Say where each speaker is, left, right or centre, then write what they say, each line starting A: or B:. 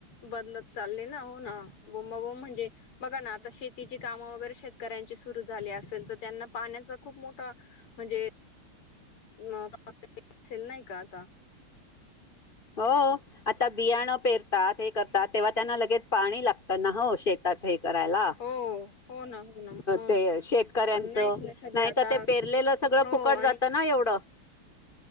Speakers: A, on the left; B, on the left.
A: बदलत चालय ना. हो ना. बोंबाबोंब म्हणजे बघा ना आता शेतीची काम वगैरे शेतकऱ्यांची सुरू झाली असेल तर त्यांना पाण्याचा खूप मोठा. म्हणजे मोठा प्रॉब्लेम येत असेल नाही का आता.
B: हो आता बियाणं पेरतात. हे करतात. तेव्हा त्यांना लगेच पाणी लागते. तेना हो शेतात. हे करायला
A: हो हो ना हो ना मग
B: ते शेतकऱ्यांचं
A: पण नाहीच ना सध्या
B: नाही
A: आता
B: त ते पेरलेलं सगळं
A: हो
B: फुकट जात
A: आणि
B: ना एवढं.